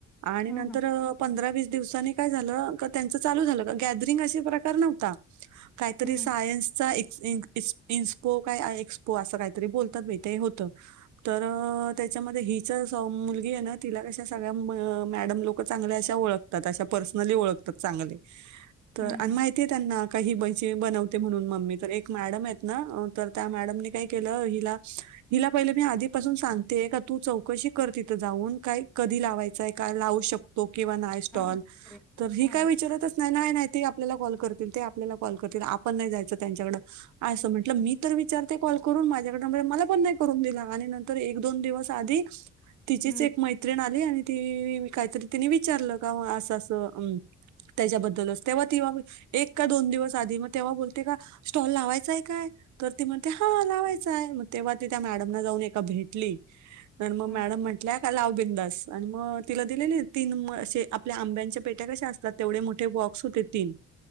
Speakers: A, on the right; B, in the centre.
A: आणि
B: हा
A: नंतर
B: हा
A: अ पंधरा, वीस दिवसांनी काय झालं. का, त्यांच चालू झालं, गॅदरिंग असे प्रकार नव्हता. काहीतरी
B: हम्म,
A: सायन्सचा एक्स, ईन, इस्प इन्सपो काय आएक्स पो असं काहीतरी बोलतात बाई, ते होत. तर त्याच्यामध्ये हिच सं मुलगी ये ना, तिला कशा सगळ्या मं मॅडम लोक चांगल्या अशा ओळख तात. अशा पर्सनली ओळखतात चांगले. तर,
B: हम्म,
A: आणि
B: हम्म.
A: माहितीय त्यांना का ही <unintelligible> बनवते म्हणून मम्मी तर, एक मॅडम आहेत ना तर, त्या मॅडमनी काय केलं हिला हिला पहिले मी आधीपासून सांगते का, तू चौकशी कर तिथं जाऊन काय कधी लावायचंय? काय लावू शक तो किंवा नाय स्टॉल
B: हा, बरोबर आहे
A: तर, ही
B: हा
A: काय विचारतच नाय नाय ते आपल्याला कॉल करतील. ते आपल्याला कॉल करतील. आपण नाय जायचं त्यांच्याकडं असं म्हटलं. मी तर विचारते कॉल करून माझ्याकडे नंबर ये. मला पण नाय करून दिला. आणि नंतर एक, दोन दिवस आधी, तिचीच
B: हम्म,
A: एक मै त्रिन आली. आणि ती कायतरी तिनी विचारलं का, असं असं त्याच्याबद्दलच तेव्हा तीवा एक का दोन दिवस आधी मग, तेव्हा बोलते का स्टॉल लावायचाय काय? तर ते हा लावायचाय मग, तेव्हा ती त्या मॅडम ना जाऊन एका भेटली तर, मग
B: हा
A: मॅडम म्हटल्या लाव बिनधास्त आणि मग तिला दिलेले तीन म असे, आपल्या आंब्यांच्या पेट्या कशा अस तात. तर तेवढे मोठे बॉक्स होते तीन